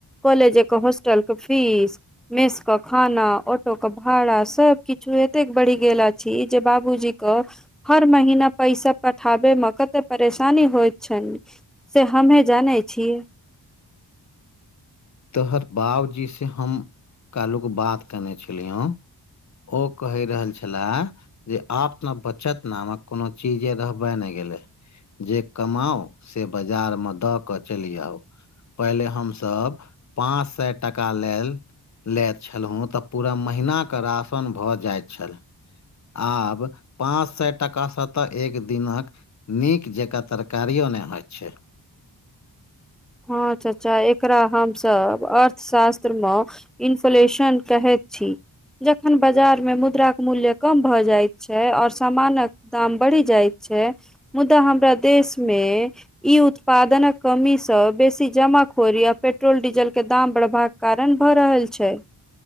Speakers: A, in the centre; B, on the left.
A: कॉलेज के हॉस्टल कें फीस मेस के खाना ऑटो के भाड़ा सभ किछु एते बढ़ गेल छी जे बाबूजी कऽ हर महीना पैसा पठाबे मे कते परेशानी होय छै से हमहूँ जानै छियै
B: तोहर बाबजी से हम कहलुक बात केने छलिय हैं ओ कहि रहल छै लऽ जे आप ने बचत ने हम कोनो चीजे रहबे नहि गेलै। ज कमाउ से बाजारमे दऽ कऽ चलि आउ पहिले हम सभ पाँच सए टाका लेल लैत छलहुँ तऽ पूरा महीना के राशन भऽ जाइ छल आब पाँच सए टाका सतह एक दिन कऽ नीक जकाँ तरकारियो नहि होइ छै।
A: हँ चचा एकरा हम सभ अर्थशास्त्र मे इन्फ्लेशन कहैत छी। जखन बाजार मे मुद्राक मूल्य कम भए जाइत छै आओर सामान कऽ दाम बढ़ि जाइत छै मुदा हमरा देश मे उत्पादनक सँ बेसी जमाखोरी आ पेट्रोल डीजलके दाम बढ़बाक कारण भऽ रहल छै